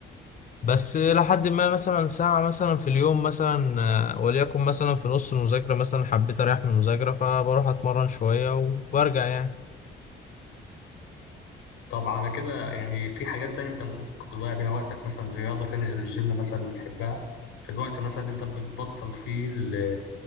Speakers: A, on the left (about 40°); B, on the left (about 70°).
A: بس لحد ما مثلا ساعة مثلا في اليوم مثلا آه، وليكن مثلا في نص المذاكرة مثلا حبيت أريح من المذاكرة فبروح أتمرن شوية وبرجع يعني
B: طب على كده يعني في حاجات تانية انت ممكن تضيع بيها وقتك مثلا رياضة تانية غير الجيم مثلا بتحبها في الوقت مثلا اللي انت بتبطل فيه ال-